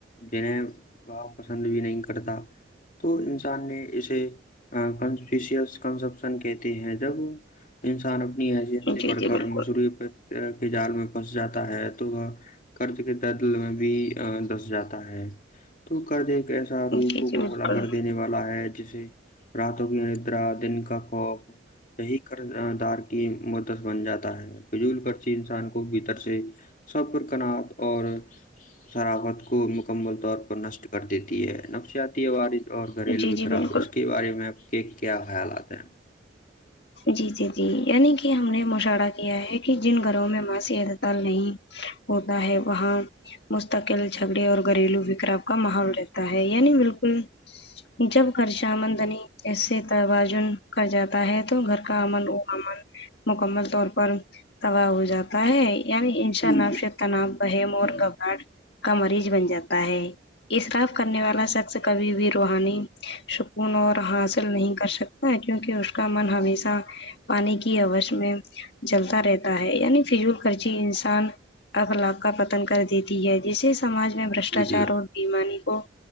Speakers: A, on the left; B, on the left.
A: جنہیں وہ پسند بھی نہیں کرتا تو انسان نے اسے ک کنپشن کہتے ہیں جب انسان اپنی حیثیت سے
B: جی
A: بڑھ
B: جی
A: کر
B: بالکل
A: مصروعی پر کے جال میں پس جاتا ہے تو کرض کے دردل میں بھی دس جاتا ہے تو کرض ایک ایسا روک
B: جی
A: کو
B: جی بالکل
A: بلا کر دینے والا ہے جسے راتوں کی ان دن کا خوف یہی کردار کی مدس بن جاتی ہے پجول کرچی انسان کو بھیتر سے سبر کناات اور سرافت کو مکمل طور پر نشٹ کر دیتی ہے نفسیاتی عوار اور گھریلو
B: جی
A: بھی
B: جی
A: خراب
B: بالکل
A: ہے اس کے بارے میں آپ کے کیا خیالات ہیں
B: جی جی جی یعنی کہ ہم نے مشااہورہ کیا ہے کہ جن گھروں میں ماسیی اتتال نہیں ہوتا ہے وہاں مستقل جھگڑے اور گھریلو وکرا کا ماحول رہتا ہے یعنی بالکل جب خشمدنی ایے توازن کر جاتا ہے تو تو گھر کا امن و امل مکمل طور پر تباہ ہو جاتا ہے یعنی انساانف
A: بالکل
B: تنا بہم اور گھبراہٹ کا مریض بن جاتا ہے اصراف کرنے والا شخص کبھی بھی روحانی سکون اور حاصل نہیں کر سکتا کیونکہ اس کا من ہمیشہ پانی کی اوش میں جلتا رہتا ہے یعنی فضول خرچی انسان اخلاب کا پتن کر دیتی ہے جسے ساج میں بشٹاچار
A: جی جی
B: اور بیمانی کو